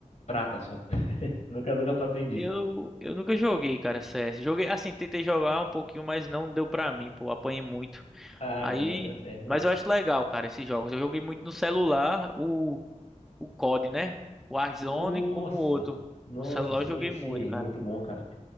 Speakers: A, on the left; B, in the centre.
A: prata só. <laughs> Nunca, nunca passei disso.
B: Eu, eu nunca joguei, cara, CS. Joguei, assim, tentei jogar um pouquinho, mas não deu pra mim, pô. Apanhei muito.
A: Ah,
B: Aí,
A: mano, mas é sério
B: mas
A: mesmo.
B: eu acho legal, cara, esses jogos. Eu joguei muito no celular, o, o COD, né? O Warzone
A: Nossa!
B: como o outro.
A: Nossa,
B: No celular
A: sim,
B: eu joguei
A: sim,
B: muito, cara.
A: muito bom, cara.